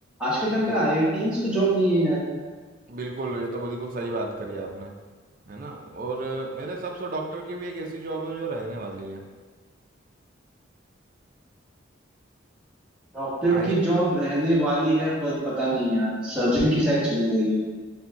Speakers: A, in the centre; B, on the right.
A: आज के टाइम
B: बिल-
A: पे आईआईटियंस को जॉब नहीं है यार
B: बिल्कुल ये तो बिल्कुल सही बात करी आपने है ना और अ, मेरे हिसाब से डॉक्टर की भी एक ऐसी जॉब है जो रहने वाली है
A: डॉक्टर
B: आए
A: की जॉब रहने वाली है पर पता नहीं यार सर्जन की शायद चली जाएगी